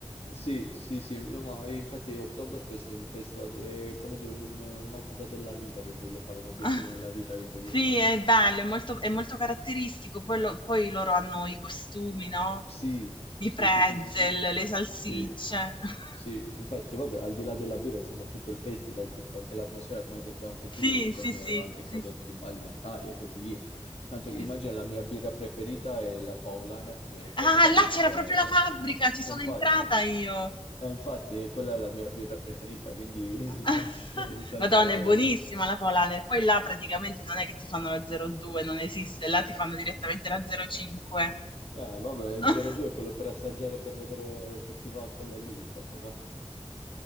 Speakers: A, on the left (about 70°); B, on the left (about 50°).
A: Sì, sì, sì, no, ma infatti Oktoberfest è un festival, è come dire un- una cosa della vita che voglio fare, un obiettivo
B: <laughs> Ah,
A: nella vita che voglio
B: Sì,
A: fare.
B: è bello, è molto, è molto caratteristico. Poi, lo- poi loro hanno i costumi, no?
A: Sì,
B: I
A: sì,
B: pretzel,
A: sì, sì, sì, sì,
B: le salsicce.
A: sì,
B: <laughs>
A: sì. Infatti, vabbè, al di là della birra, insomma, tutto il festival, tutto, anche l'atmosfera, come hai detto anche
B: Sì,
A: tu, con
B: sì, sì,
A: eh, anche
B: sì,
A: i prodotti
B: sì,
A: alimentari e così via. Tanto
B: sì,
A: che immagina
B: sì.
A: la mia birra preferita è la Paulaner, che è proprio
B: Ah,
A: da lì.
B: là c'era
A: è-
B: proprio la fabbrica, ci sono
A: e infatti...
B: entrata io.
A: Eh, infatti, eh, quella è la mia birra preferita, quindi <laughs>
B: <laughs>
A: immagino sarebbe...
B: Madonna, è buonissima la Polaner. Poi là praticamente non è che ti fanno la 02, non esiste, là ti fanno direttamente la 05.
A: Eh, vabbè, il
B: <laughs>
A: 02 è quello per assaggiare, per vedere se ti va quella lì, insomma. ma-